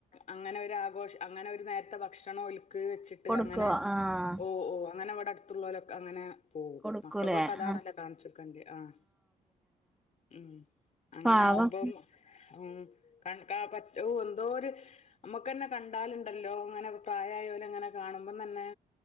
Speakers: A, on the left; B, in the centre.
A: അങ്ങനെ ഒരു ആഘോഷ അങ്ങനെ ഒരു നേരത്തെ ഭക്ഷണം ഓല്ക്ക് വെച്ചിട്ട്
B: കൊടുക്കോ
A: അങ്ങനെ
B: ആഹ്
A: ഓഹ് ഓഹ് അങ്ങനെ അവിടെടു ത്തുള്ളോലൊക്കെ അങ്ങനെ പോവും.
B: കൊടുക്കൂലേ
A: മക്കക്കൊക്കെ അതാണല്ലെ
B: ആഹ്
A: കാണിച്ച് കൊട്ക്കണ്ടെ. ആഹ് ഉം അങ്ങനെ
B: പാവം
A: ആകുമ്പം ഉം കൺ ക പറ്റ എന്തോ ഒരു നമ്മക്ക്തന്നെ കണ്ടാലുണ്ടല്ലോ അങ്ങനെ പ്രായായോലെ ഇങ്ങനെ കാണുമ്പം തന്നെ